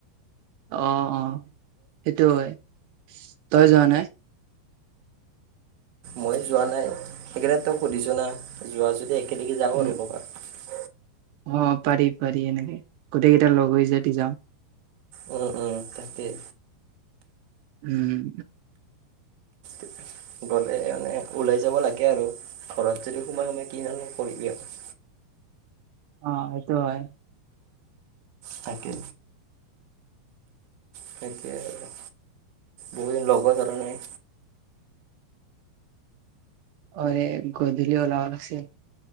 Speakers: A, on the right (about 75°); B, on the right (about 65°).
A: অ অ সেইটো হয়, তই যোৱা নাই?
B: মই যোৱা নাই সেইকাৰণে তোক সুধিছো ন যোৱা য দি একেলগে যাওঁ
A: উম
B: আৰু ক'ৰবাত।
A: অ', পাৰি পাৰি এনেকে গোটেই কেইটা লগ হৈ যদি যাওঁ।
B: উম উম তাকেই।
A: উম।
B: <inaudible> গ'লে মানে ওলাই যাব লাগে আৰু ঘৰত যদি সোমাই সোমাই কি ডালনো কৰিবি আৰু। <inaudible>
A: অ', এইটো হয়।
B: তাকে। তাকেই আৰু বহুত দিন লগো ধৰা নাই।
A: অৰে গধূলি ওলাব লাগছিল।